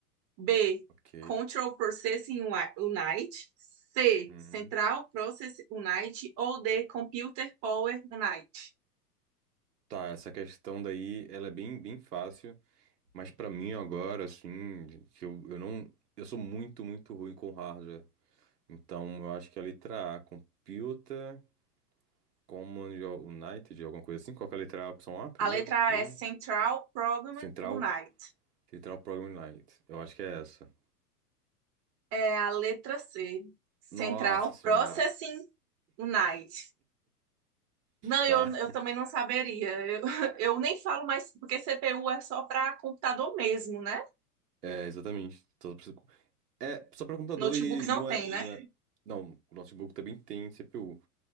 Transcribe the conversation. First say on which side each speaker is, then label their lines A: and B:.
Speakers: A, on the right; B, on the right.
A: B,
B: ok.
A: Control Processing Unit. C,
B: Hum.
A: Central Process Unit. Ou D, Computer Power Unit.
B: Tá, essa questão daí, ela é bem, bem fácil, mas pra mim agora, assim, de- que eu, eu não, eu sou muito, muito ruim com hardware. Então, eu acho que a letra A, Computer Command United, alguma coisa assim, qual que é a letra A, opção A primeiro
A: A letra
B: mesmo?
A: A é Central Program
B: Central,
A: Unit.
B: Central Program Night. Eu acho que é essa.
A: É a letra C, Central
B: Nossa senhora.
A: Processing Unit. Não,
B: Tá.
A: eu, eu também não saberia. Eu, <laughs> eu nem falo mais, porque CPU é só para computador mesmo, né?
B: É, exatamente. Só pra- É só para computador
A: Notebook
B: e não
A: não tem,
B: é, não
A: né?
B: é. Não, o notebook também tem CPU.